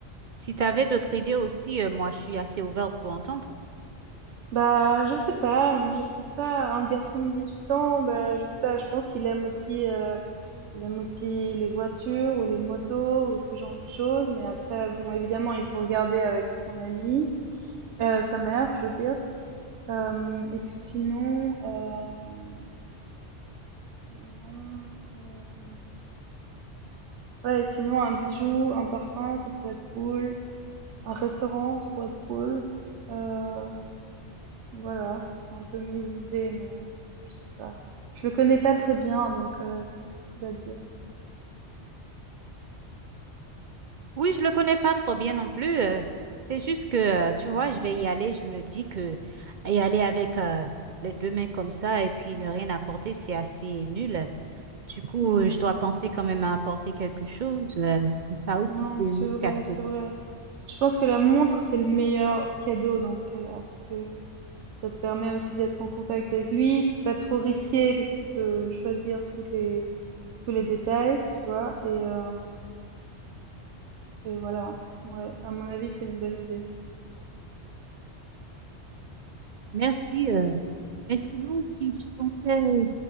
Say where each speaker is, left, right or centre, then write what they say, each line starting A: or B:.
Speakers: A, on the right; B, on the right.
A: si tu avais d'autres idées aussi, euh, moi, je suis assez ouverte pour entendre.
B: Bah, je sais pas, mmh, je sais pas, un garçon de 18 ans, bah, je sais pas, je pense qu'il aime aussi, heu, il aime aussi les voitures ou les motos ou ce genre de choses, mais après bon, évidemment, il faut regarder avec son ami, heu, sa mère, je veux dire. Hem, et puis sinon, hem, sinon, hem, ouais, sinon un bijou, un parfum, ça pourrait être cool, un restaurant, ça pourrait être cool, heu Voilà, c'est un peu mes idées, mais je sais pas. Je le connais pas très bien, donc euh, c'est difficile à dire.
A: Oui, je le connais pas trop bien non plus. euh, c'est juste que, euh, tu vois, je vais y aller. Je me dis que y aller avec euh, les deux mains comme ça et puis ne rien apporter, c'est assez nul. Du coup,
B: Mhm.
A: euh, je dois penser quand même à apporter quelque chose. euh, ça aussi,
B: Non,
A: c'est une
B: c'est
A: autre
B: vrai,
A: casse-tête.
B: c'est vrai. Je pense que la montre, c'est le meilleur cadeau dans ce cas-là, parce que ça te permet aussi d'être en contact avec lui. C'est pas trop risqué parce qu'il peut choisir tous les tous les détails, tu vois. Et euh, et voilà. Ouais, à mon avis, c'est une bonne idée.
A: Merci. euh, mais sinon, si je pensais,